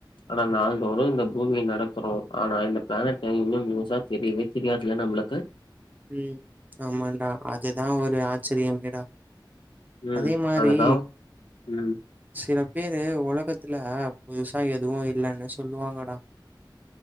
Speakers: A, on the left (about 80°); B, on the right (about 20°).
A: ஆனா நாள்தோறு இந்த பூமிய நடக்குறோ ஆனா இந்த பிளானட்ட இன்னு நியூஸா தெரியவே தெரியாதுல நம்மளுக்கு
B: ம் ஆமான்டா அதுதான் ஒரு ஆச்சரியமேடா
A: ம்
B: அதே மாரி
A: அதுதா ம்
B: சில பேரு ஒலகத்துல புதுசா எதுவு இல்லன்னு சொல்லுவாங்கடா